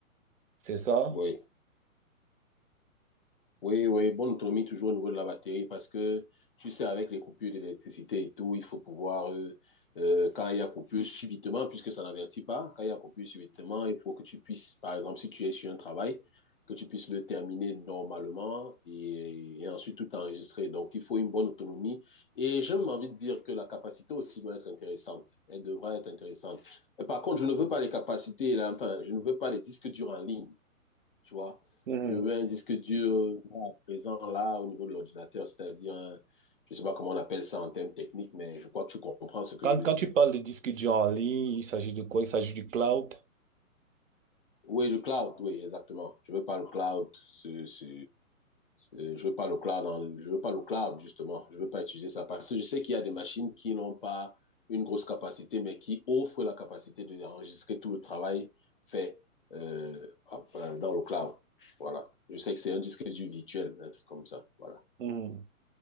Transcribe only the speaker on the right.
c'est ça?
Mhm,
Quand,
quand
tu parles de disque dur en ligne, il s'agit de quoi? Il s'agit du cloud.
mhm.